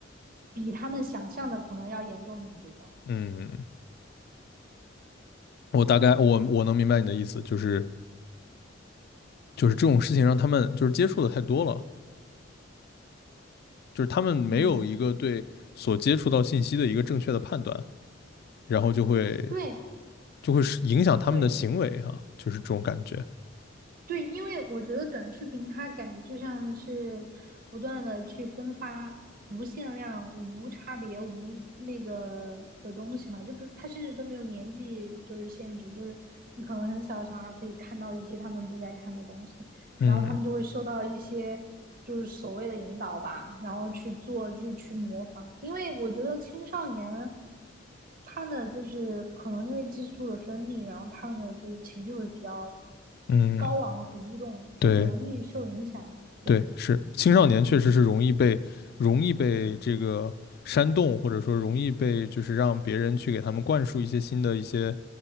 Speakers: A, on the right; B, on the left.
A: 比他们想象的可能要严重很多。
B: 嗯，我大概我我能明白你的意思，就是就是这种事情让他们就是接触的太多了。就是他们没有一个对所接触到信息的一个正确的判断，
A: 嗯，
B: 然后就会
A: 对。
B: 就会是影响他们的行为哈、
A: 对，
B: 就是这种感觉。
A: 对，因为我觉得短视频它感觉就像是不断的去分发无限量、无差别、无那个的东西嘛，就不是它甚至都没有年纪就是限制，就是你可能很小的小孩可以看到一些他们不该看的东西，
B: 嗯
A: 然后他们就会受到一些就是所谓的引导吧，然后去做，就是去模仿。因为我觉得青少年他的就是可能因为激素的分泌，然后他们的就是情绪会比较
B: 嗯，
A: 高昂和激动，就很容易受影响。
B: 对
A: 对，
B: 对，是青少年确实是容易被容易被这个煽动，或者说容易被就是让别人去给他们灌输一些新的一些